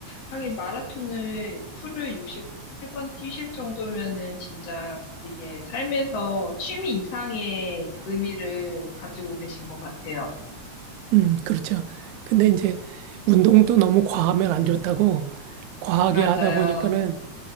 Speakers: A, on the left; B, on the right.
A: 하긴 마라톤을 풀을 63번 뛰실 정도면은 진짜 되게 삶에서 취미 이상의 의미를 가지고 계신 것 같아요.
B: 음 그렇죠. 근데 이제 운동도 너무 과하면 안 좋다고 과하게
A: 맞아요.
B: 하다 보니까는